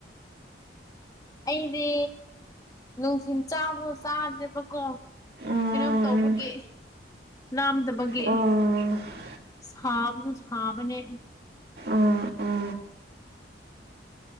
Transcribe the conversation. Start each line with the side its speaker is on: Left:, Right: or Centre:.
Left: ꯑꯩꯗꯤ ꯅꯨꯡꯊꯤꯟ ꯆꯥꯕꯗꯣ ꯆꯥꯗ꯭ꯔꯦꯕꯀꯣ
Right: ꯎꯝ
Left: ꯀꯩꯅꯣꯝ ꯇꯧꯕꯒꯤ ꯂꯥꯝꯗꯕꯒꯤ
Right: ꯑꯣ ꯑꯣ
Left: ꯍꯥꯕꯁꯨ ꯍꯕꯅꯦ
Right: ꯑꯣ